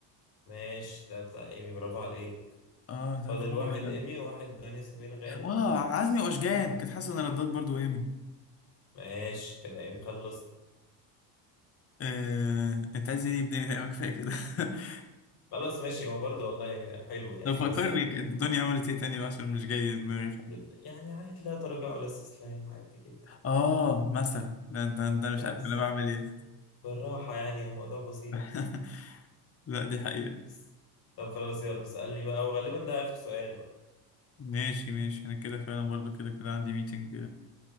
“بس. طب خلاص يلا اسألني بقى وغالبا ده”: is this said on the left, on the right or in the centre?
Left